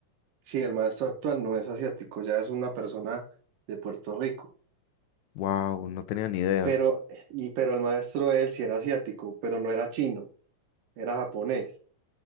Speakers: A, on the right; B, on the left.
A: Sí, el maestro actual no es asiático, ya es una persona de Puerto Rico.
B: Wow, no tenía ni idea.
A: Pero, y, pero el maestro de él sí era asiático, pero no era chino, era japonés.